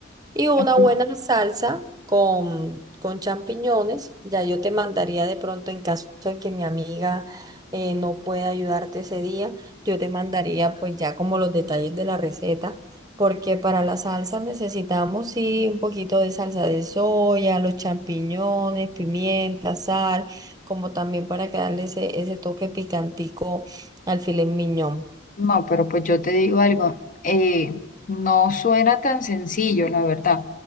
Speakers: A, on the right; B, on the left.
A: Y una
B: Así.
A: buena salsa con, con champiñones. Ya yo te mandaría de pronto en caso de que mi amiga eh, no pueda ayudarte ese día, yo te mandaría pues ya como los detalles de la receta, porque para la salsa necesitamos sí un poquito de salsa de soya, los champiñones, pimienta, sal, como también para que darle ese, ese toque picantico al filet miñón.
B: No, pero pues yo te digo algo, eh, no suena tan sencillo, la verdad.